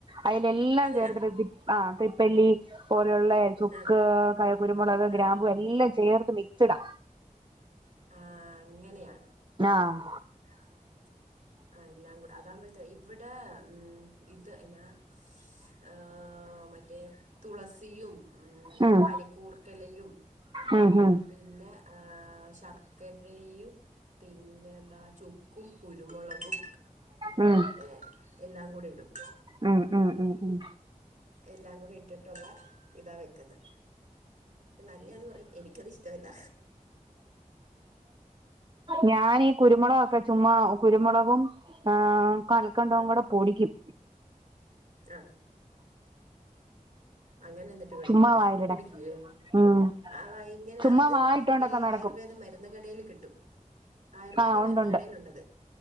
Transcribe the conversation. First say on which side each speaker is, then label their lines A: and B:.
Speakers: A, on the right (about 35°); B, on the right (about 55°).
A: അയിലെല്ലാം
B: അതെയാ
A: ചേർത്തിട്ട് ആഹ് തിപ്പല്ലി പോലെയുള്ള ചുക്ക്
B: ആഹ്
A: ക കുരുമുളക്
B: ആഹ്
A: ഗ്രാമ്പു എല്ലാം ചേർത്ത് മിക്സ്ടാ
B: ആഹ് അങ്ങനെയാ
A: ആഹ്
B: ആഹ് ആഹ് എല്ലാം കൂടെ അതാവുമ്പഴ്ത്തെ ഇവിടെ ഉം ഇത് നാ ഈഹ് മറ്റേ തുളസ് യും
A: ഉം
B: പനിക്കൂർക്കെലയും
A: ഉം ഉം ഉം
B: പിന്നെ ആഹ് ശർക്കരയും പിന്നെ എന്താ ചുക്കും കുരു രുമുളകും
A: ഉം
B: എ എല്ലാംകൂടെ ഇടും
A: ഉം ഉം ഉം ഉം
B: എല്ലാം കൂടി ഇട്ടിട്ടുള്ള ഇതാ വെക്കുന്നെ നല്ലെയാന്ന് പറയും എനിക്കത് ഇഷ്ടവല്ല
A: ഞാൻ ഈ കുരുമുളകൊക്കെ ചുമ്മാ കുരുമുളകും ഈഹ് കൽക്കണ്ടവും
B: ആഹ്
A: കൂടെ പൊടിക്കും
B: ആഹ് അങ്ങനെ എന്നിട്ട് കഴിക്കൂല്ലെ
A: ചുമ്മാ വായിലിടാൻ
B: കുടിക്കൂല്ലെ
A: ഉം
B: ആഹ് വയ് ഇങ്ങനെ
A: ചുമ്മാ
B: അത്
A: വായിട്ടോണ്ടൊക്കെ
B: ഈ
A: നടക്കും
B: ആയുർവേദ മരുന്ന് കടേൽ കിട്ടും ആയുർവേദ
A: ആഹ്
B: മരുന്ന്
A: ഉണ്ട് ഉണ്ട്
B: കടെലുണ്ടത്